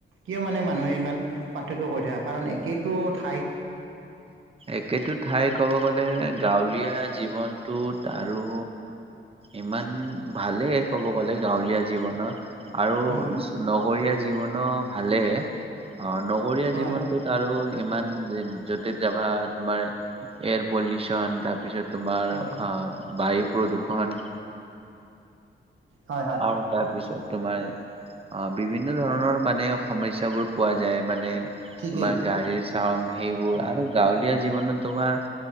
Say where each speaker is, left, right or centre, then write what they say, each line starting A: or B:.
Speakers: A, on the right; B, on the right.
A: কিয় মানে মানুহে ইমান পাৰ্থক্য কৰি থাকে কাৰণ একেইটো ঠাই।
B: একেইটো ঠাই কব গ'লে গাঁৱলীয়া জীৱনটোত আৰু। ইমান ভালেই ক'ব গ'লে গাঁৱলীয়া জীৱনৰ। আৰু
A: উম উম
B: নগৰীয়া জীৱনৰ ভালে অ নগৰীয়া
A: হয়
B: জীৱনটোত আৰু ইমান য'তে যাবা তোমাৰ এয়াৰ পলিউচন তাৰপিছত তোমাৰ
A: হয়
B: আ বায়ু প্ৰদূষণ।
A: হয় হয়
B: আৰু তাৰপিছত তোমাৰ অ বিভিন্ন ধৰণৰ মানে সমস্যাবোৰ পোৱা যায় মানে
A: ঠিকেই
B: ইমান গাড়ীৰ টাউন সেইবোৰ আৰু গাঁৱলীয়া জীৱনত তোমাৰ